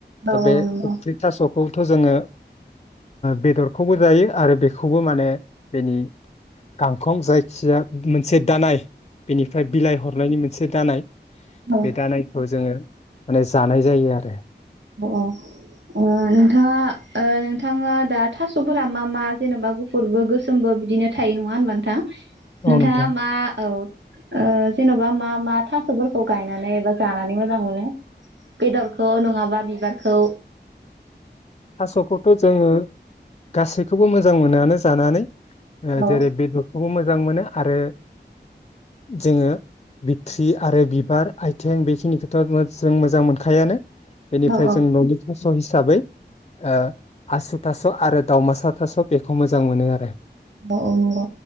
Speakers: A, on the left; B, on the right.
A: दा
B: औ
A: बे
B: औ नंगौ
A: <unintelligible> थास' थ' जोङो बेदरखौबो जायो आरो बेखौबो माने बेनि गांखं जायखिया मोनसे दानाय बेनिफ्राय बिलाइ हरनायनि मोन से दानाय
B: औ
A: बे दानायखौ जोङो । माने जानाय जायो आरो ।
B: औ-औ नोंथाङा ओ नोंथाङा दा थास'फोरा मा मा जेनेबा गुफुरबो गोसोमबो बिदिनो थायो नङा होनबा नोंथां? नोंथाङा
A: औ नोंथां
B: मा औ ओ जेन'बा मा मा थास'फोरखौ गायनानै एबा जानानै मोजां मोनो? बेदरखौ नङा बिबारखौ
A: थास'खौथ' जोङो गासैखौबो मोजां मोनोआनो जानानै ओ
B: औ
A: जेरै बेदरखौबो मोजां मोनो । आरो जोङो ट्रि आरो बिबार आथिं बेखिनिखौथ' जों मोजां मोनखायानो। बेनिफ्राय
B: औ
A: जों न'नि थास' हिसाबै ओ आसु थास' आरो दावमासा थास' बेखौ मोजां मोनो आरो।
B: औ औ ओ नंगौ